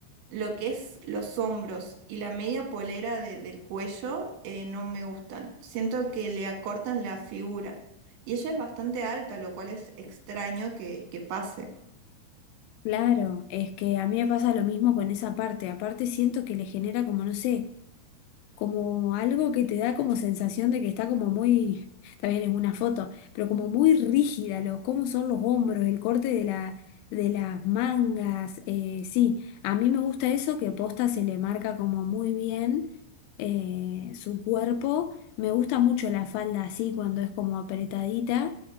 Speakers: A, on the right (about 65°); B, on the left (about 80°).
A: lo que es los hombros y la media polera de- del cuello eh, no me gustan. Siento que le acortan la figura. Y ella es bastante alta, lo cual es extraño que, que pase.
B: Claro, es que a mí me pasa lo mismo con esa parte. Aparte siento que le genera como, no sé. como algo que te da como sensación de que está como muy, también es una foto, pero como muy rígida, los, cómo son los hombros, el corte de la, de las mangas, eh, sí, a mí me gusta eso que posta se le marca como muy bien eh, su cuerpo, me gusta mucho la falda así cuando es como apretadita.